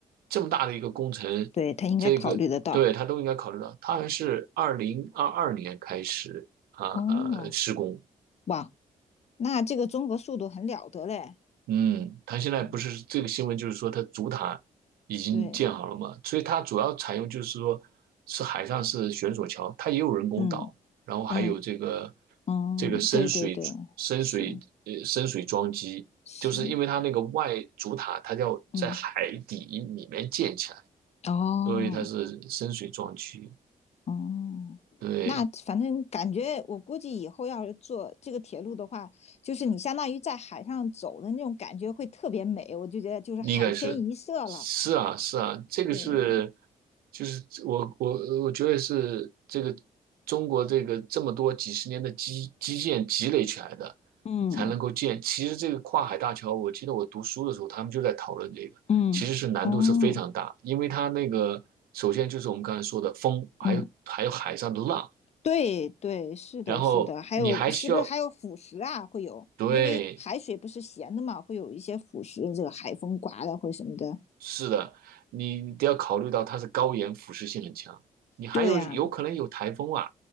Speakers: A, on the right (about 85°); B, on the left (about 45°).
A: 这么大的一个工程，
B: 对，它应该考虑得到。
A: 这个对他都应该考虑到。他还是二零二二年开始啊呃施工，
B: 哦，哇，那这个综合速度很了得嘞。
A: 嗯，他现在不是这个新闻就是说他主塔已经建好了嘛，
B: 嗯，对，
A: 所以它主要采用就是说是海上是悬索桥，它也有人工岛，
B: 嗯
A: 然后还有这个
B: 嗯嗯，
A: 这个深水深水呃深水桩基，
B: 对对对，是是，
A: 就是因为它那个外主塔它要在海底里面建起来。
B: 嗯，哦
A: 所以它是深水壮区，
B: 哦，
A: 对，
B: 那反正感觉我估计以后要是坐这个铁路的话，就是你相当于在海上走的那种感觉会特别美，我就觉得就是海天一色了。
A: 应该是，是啊，是啊，这个是，
B: 对，
A: 就是我我我觉得是这个中国这个这么多几十年的基基建积累起来的，
B: 嗯
A: 才能够建。其实这个跨海大桥，我记得我读书的时候，他们就在讨论这个，
B: 嗯，
A: 其实是难度是非常大，
B: 哦，
A: 因为它那个首先就是我们刚才说的风，还有还有海上的浪，
B: 嗯。对对，是的，
A: 然后你还需要
B: 是的，还有是不是还有腐蚀啊？会有，
A: 对。
B: 因为海水不是咸的嘛，会有一些腐蚀，这个海风刮的会什么的。
A: 是的，你得要考虑到它是高盐、腐蚀性很强，你还有有可能有台风啊，
B: 对啊，